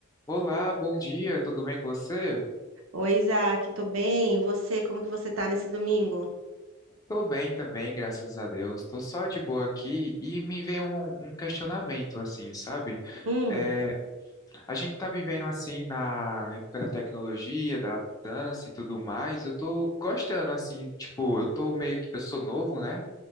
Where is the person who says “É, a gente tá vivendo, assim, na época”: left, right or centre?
Left